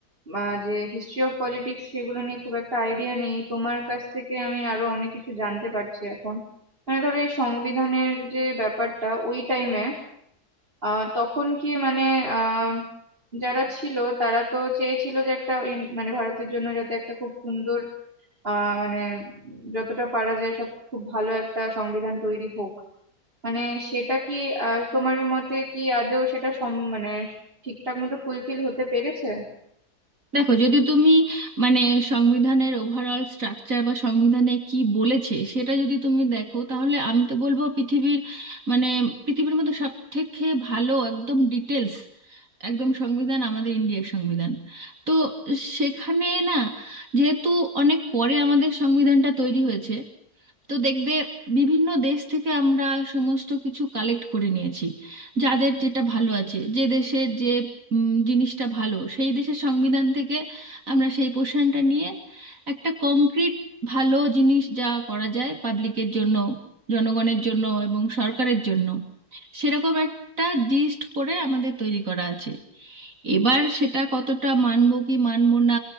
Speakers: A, on the right; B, on the right.
A: আহ, যে হিস্ট্রি অফ পলিটিক্স সেগুলো নিয়ে খুব একটা আইডিয়া নেই তোমার কাছ থেকে আমি আরো অনেক কিছু জানতে পারছি এখন মানে ধরো এই সংবিধানের যে ব্যাপারটা ওই টাইমে আহ তখন কি মানে আহ যারা ছিল তারা তো চেয়েছিল যে একটা ইন- মানে ভারতের জন্য যাতে একটা খুব সুন্দর আহ মানে যতটা পারা যায় সব খুব ভালো একটা সংবিধান তৈরি হোক মানে সেটা কি আহ তোমার মতে কি আদৌ সেটা সম মানে ঠিকঠাক মতো ফুলফিল হতে পেরেছে
B: দেখো যদি তুমি মানে সংবিধানের ওভারঅল স্ট্রাকচার বা সংবিধানে কি বলেছে সেটা যদি তুমি দেখো তাহলে আমি তো বলবো পৃথিবীর মানে পৃথিবীর মধ্যে সব থেকে ভালো একদম ডিটেলস একদম সংবিধান আমাদের ইন্ডিয়ার সংবিধান তো সেখানে না যেহেতু অনেক পরে আমাদের সংবিধানটা তৈরি হয়েছে তো দেখবে বিভিন্ন দেশ থেকে আমরা সমস্ত কিছু কালেক্ট করে নিয়েছি যাদের যেটা ভালো আছে যে দেশের যে উম, জিনিসটা ভালো সেই দেশের সংবিধান থেকে আমরা সেই পোর্শনটা নিয়ে একটা কংক্রিট ভালো জিনিস যা করা যায় পাবলিকের জন্য জনগণের জন্য এবং সরকারের জন্য সেরকম একটা লিস্ট করে আমাদের তৈরি করা আছে এবার সেটা কতটা মানব কি মানব না